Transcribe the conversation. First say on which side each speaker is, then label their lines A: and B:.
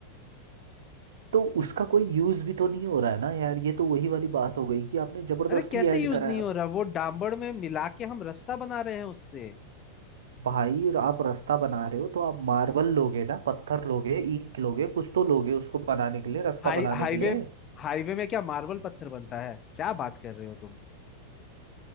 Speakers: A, on the right (about 65°); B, on the left (about 30°).
A: तो उसका कोई यूज़ भी तो नहीं हो रहा है ना यार ये तो वही वाली बात हो गई कि आपने जबरदस्ती
B: अरे कैसे
A: ऐड
B: यूज
A: करा
B: नहीं
A: है
B: हो रहा वो डामबड़ में मिला के हम रास्ता बना रहे हैं उससे
A: भाई आप रास्ता बना रहे हो तो आप मार्बल लोगे ना पत्थर लोगे ईंट लोगे कुछ तो लोगे उसको बनाने के लिए रास्ता
B: हाई
A: बनाने
B: हाईवे
A: के लिए
B: हाईवे में क्या मार्बल पत्थर बनता है क्या बात कर रहे हो तुम